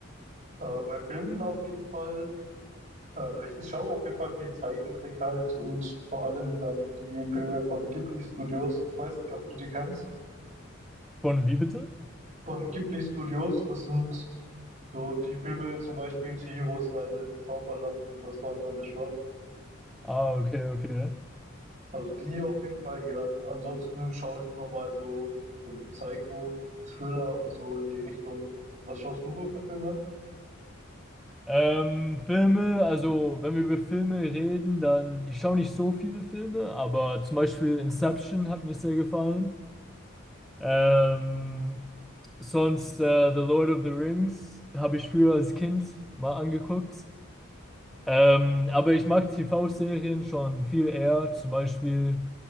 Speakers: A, on the right; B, in the centre.
A: äh, bei Filmen auf jeden Fall. Äh, ich, ich schaue auf jeden Fall viel Zeichentrick halt und vor allem dann die Filme von Ghibli Studios. Ich weiß nicht, ob du die kennst.
B: Von wie bitte?
A: Von Ghibli Studios, das sind so die Filme zum Beispiel Chihiros Reise ins Zauberland und das Wandernde Schloss.
B: Ah, okay, okay.
A: Also die auf jeden Fall gern. Ansonsten schaue ich immer mal so, so Psycho, Thriller und so in die Richtung. Was schaust du so für Filme?
B: Ähm, Filme, also wenn wir über Filme reden, dann ich schaue nicht so viele Filme, aber zum Beispiel Inception hat mir sehr gefallen. Ähm, sonst äh, The Lord of the Rings habe ich früher als Kind mal angeguckt. Ähm, aber ich mag TV-Serien schon viel eher. Zum Beispiel